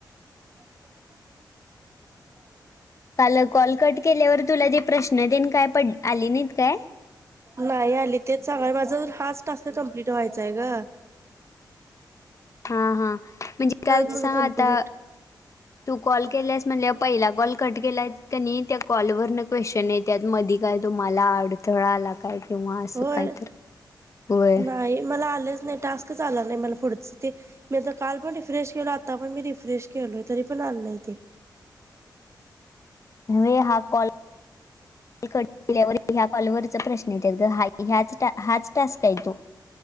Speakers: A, on the right; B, on the left.
A: <unintelligible>
B: काल कॉल कट केल्यावर तुला ते प्रश्न देन काय पड आले नाहीत काय?
A: नाही आली तेच सांगाय माझा हाच टास्क कमप्लीट व्हायचा आहे गं.
B: हा हा म्हणजे काय
A: माझा
B: <unintelligible> सांग
A: कंप्लीट
B: आता. तू कॉल केलेस म्हणल्यावर पहिला कॉल कट केलाय त्यानी त्या कॉलवरनं क्वेशचन येत्यात मधी काय तुम्हाला अडथळा आला काय? किंवा असं
A: होय,
B: काय तर होय.
A: नाही मला आलंच नाही टास्क आला नाही मला पुढचं ते मी तर काल पण रिफ्रेश केलो आता पण मी रिफ्रेश केलोय तरी पण आलं नाही ते. <inaudible>
B: <unintelligible> हा कॉल कॉल कट केल्यावर ह्या कॉलवरचा प्रश्न येत्यात ग हा हाच टास्क आहे तो.